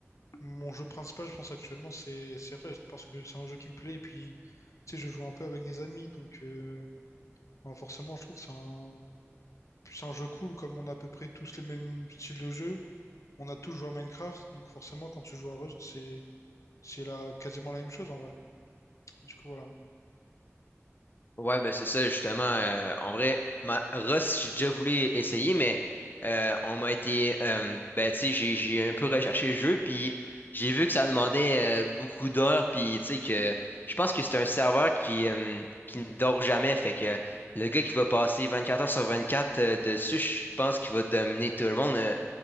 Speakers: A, on the left (about 80°); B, on the left (about 40°).
A: mon jeu principal, je pense actuellement, c'est c'est Rust, parce que c'est un jeu qui me plaît, et puis, tu sais, je joue un peu avec des amis, donc... euh, Enfin, forcément, je trouve que c'est un... puis c'est un jeu cool, comme on a à peu près tous les mêmes styles de jeu. On a tous joué à Minecraft, donc forcément, quand tu joues à Rust, c'est c'est la... quasiment la même chose en vrai. Du coup, voilà.
B: Ouais, ben c'est ça, justement. euh, en vrai, ma Rust, j'ai déjà voulu essayer, mais euh, on m'a été. euh, ben, tu sais, j'ai j'ai un peu recherché le jeu, puis j'ai vu que ça demandait euh, beaucoup d'heures, puis tu sais, que je pense que c'est un serveur qui, euh, qui ne dort jamais. Fait que le gars qui va passer 24 heures sur 24 euh, dessus, je pense qu'il va dominer tout le monde. euh.